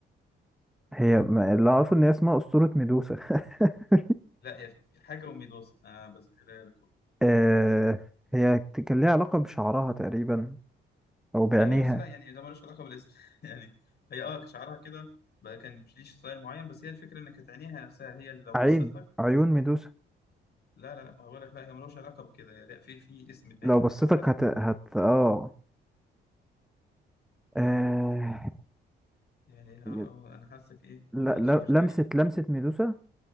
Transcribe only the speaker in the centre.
هي ما اللي اعرفه ان هي اسمها اسطورة ميدوسا <laughs>
آه هي كان ليها علاقة بشعرها تقريبا او بعينيها
عين
عيون ميدوسا
لو بصيتك
هت هت اه آه،
ي-
لا
لا
لمسة
لمسة ميدوسا